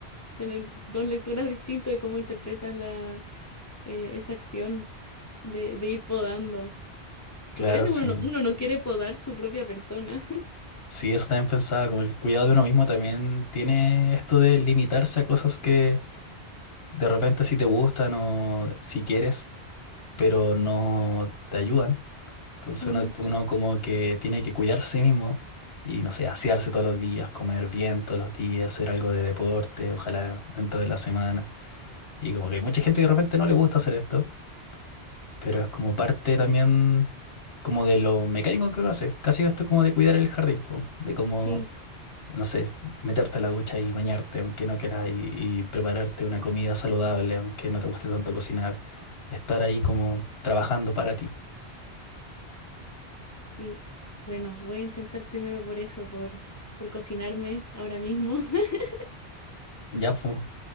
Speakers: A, on the left; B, on the left.
A: tener dos lecturas distintas de cómo interpretas la, eh, esa acción de, de ir podando.
B: Claro,
A: Porque a veces
B: sí.
A: uno no, uno no quiere podar su propia persona. <laughs>
B: Sí, eso también pensaba, como el cuidado de uno mismo también tiene esto de limitarse a cosas que de repente sí te gustan o si quieres, pero no te ayudan. Entonces
A: Ujú,
B: uno, uno como que tiene que cuidarse a sí mismo y, no sé, asearse todos los días, comer bien todos los días, hacer algo de deporte, ojalá dentro de la semana. Y como que hay mucha gente que de repente no le gusta hacer esto pero es como parte también como de lo mecánico que uno hace. Casi esto como de cuidar el jardín, po, de como,
A: Sí,
B: no sé, meterte a la ducha y bañarte, aunque no quieras, y, y prepararte una comida saludable, aunque no te guste tanto cocinar. Estar ahí como trabajando para ti.
A: sí. Bueno, voy a intentar primero por eso, por, por cocinarme ahora mismo. <laughs>
B: Ya, pues,